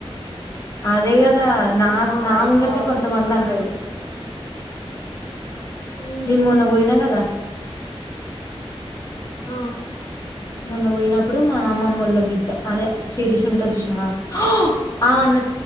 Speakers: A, on the left; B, on the left.
A: అదేగా కదా నా
B: ఆ
A: నా ముంగటనే
B: కావచ్చు
A: కొంతమంది అన్నారు
B: ఉమ్
A: నిన్ మొన్న బయినా కదా
B: ఆ
A: మొన్న పోయినప్పుడు మా అమ్మమ్మళ బిడ్డ అదే శిరీష ఉంటారు చూష్ణవా ఆమన్న